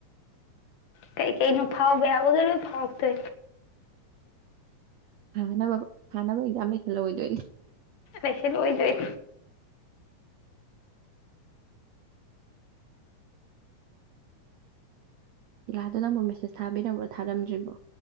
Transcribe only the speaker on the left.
ꯇꯩ ꯀꯩꯩꯅꯣ ꯐꯥꯎꯕꯕꯒ ꯐꯋꯥꯛ ꯇꯦ
ꯑ ꯁꯤꯗ ꯍ